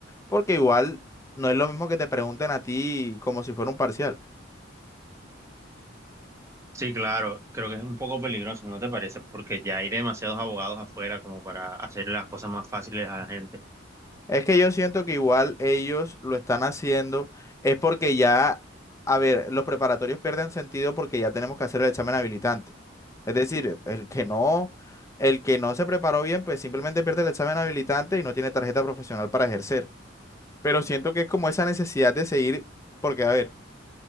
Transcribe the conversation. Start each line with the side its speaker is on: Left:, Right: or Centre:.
Left: Porque igual no es lo mismo que te pregunten a ti como si fuera un parcial.
Right: sí, claro, creo que es un poco peligroso, ¿no te parece? Porque ya hay demasiados abogados afuera como para hacer las cosas más fáciles a la gente.
Left: Es que yo siento que igual ellos lo están haciendo, es porque ya, a ver, los preparatorios pierden sentido porque ya tenemos que hacer el examen habilitante. Es decir, el que no, el que no se preparó bien, pues simplemente pierde el examen habilitante y no tiene tarjeta profesional para ejercer. Pero siento que es como esa necesidad de seguir, porque a ver,